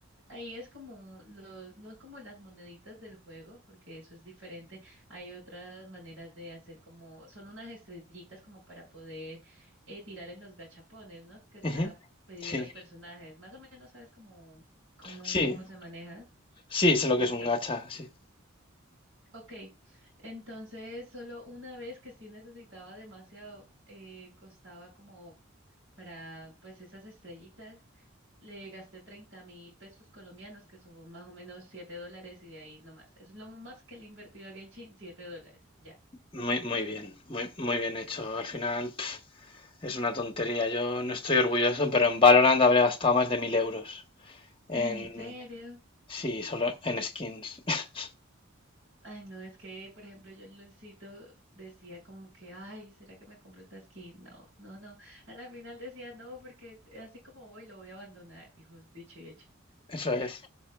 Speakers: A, on the right; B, on the left.
A: ahí es como los, no es como las moneditas del juego, porque eso es diferente. Hay otras maneras de hacer como, son unas estrellitas como para poder eh, tirar en los gachapones, ¿no? Que es
B: Ujú,
A: para
B: eh,
A: pedir
B: Sí,
A: los personajes. Más o menos sabes cómo, cómo,
B: sí,
A: cómo se maneja.
B: sí, sé lo
A: Listo.
B: que es un gacha, sí.
A: Ok, entonces solo una vez que sí necesitaba demasiado, eh, costaba como para pues esas estrellitas, le gasté treinta mil pesos colombianos, que son más o menos 7 dólares y de ahí nomás. Es lo más que le he invertido a Genshin, 7 dólares, ya.
B: Muy, muy bien, muy, muy bien hecho. Al final, pf, es una tontería. Yo no estoy orgulloso, pero en Valorant habré gastado más de mil euros. En,
A: ¿En serio?
B: sí, solo en skins. <laughs>
A: Ay, no, es que, por ejemplo, yo en LOLcito decía como que, ay, ¿será que me compro esta skin? No, no, no. A la final decía no, porque así como voy, lo voy a abandonar. Y jus- dicho y hecho.
B: Eso es,